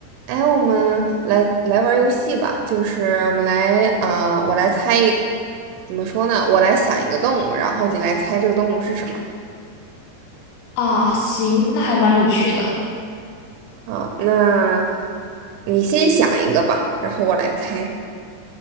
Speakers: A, on the right (about 85°); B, on the left (about 75°).
A: 哎，我们来来玩儿游戏吧，就是我们来，呃，我来猜一怎么说呢？我来想一个动物，然后你来猜这个动物是什么。
B: 啊，行，那还蛮有趣的。
A: 好，那你先想一个吧，然后我来猜。